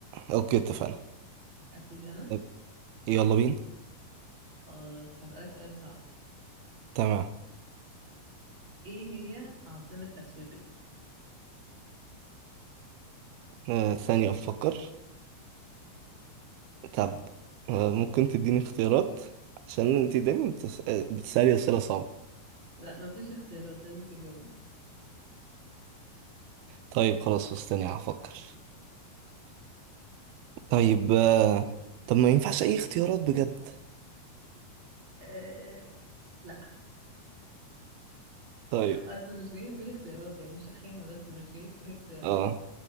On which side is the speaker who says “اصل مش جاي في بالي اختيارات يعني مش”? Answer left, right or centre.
Right